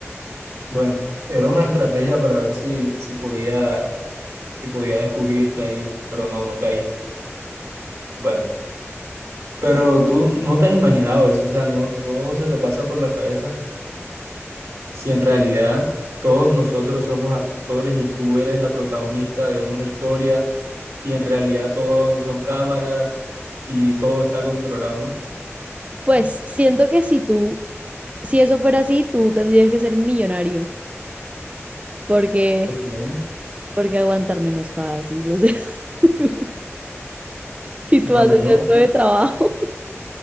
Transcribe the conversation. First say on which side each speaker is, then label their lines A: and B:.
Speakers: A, on the right (about 80°); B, on the right (about 25°).
A: Bueno, era una estrategia para ver si, si podía, si podía descubrirte ahí, pero no, no caíste. Bueno, pero tú no te has imaginado eso, o sea, no, no se te pasa por la cabeza. si en realidad todos nosotros somos actores y tú eres la protagonista de una historia y en realidad todo son cámaras y todo está controlado, ¿no?
B: Pues siento que si tú, si eso fuera así, tú tendrías que ser millonario, porque,
A: Porque,
B: porque aguantarme no es fácil, o sea, <laughs> si
A: bueno,
B: tú haces eso de trabajo,